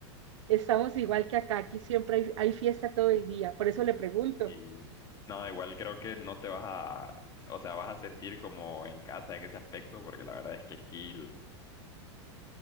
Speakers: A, on the right; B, on the left.
A: Estamos igual que acá, aquí siempre hay, hay fiesta todo el día, por eso le pregunto.
B: Y no, igual creo que no te vas a, o sea, vas a sentir como en casa en ese aspecto, porque la verdad es que aquí l-